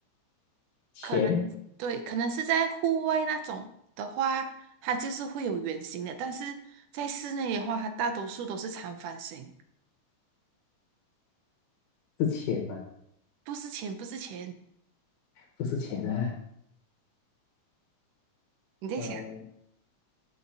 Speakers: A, on the left; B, on the right.
A: 钱
B: 可能对，可能是在户外那种的话，它就是会有圆形的，但是在室内的话，它大多数都是长方形。
A: 是钱吗？
B: 不是钱，不是钱，
A: 不是钱啊。
B: 你在想，
A: 嗯、